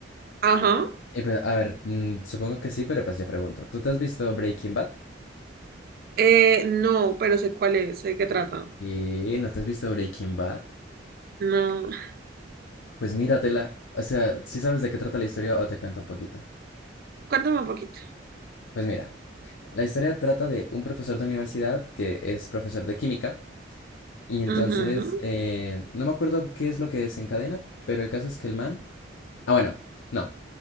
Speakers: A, on the right; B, on the left.
A: Ajá.
B: Y pues, a ver, mm, supongo que sí, pero pues yo pregunto, ¿tú te has visto Breaking Bad?
A: Eh, no, pero sé cuál es, sé de qué trata.
B: ¿Y no te has visto Breaking Bad?
A: No.
B: Pues míratela. O sea, si sabes de qué trata la historia o te cuento un poquito?
A: Cuéntame un poquito.
B: Pues mira, la historia trata de un profesor de universidad que es profesor de química y entonces,
A: Ujú,
B: eh, no me acuerdo qué es lo que desencadena, pero el caso es que el man... Ah, bueno, no.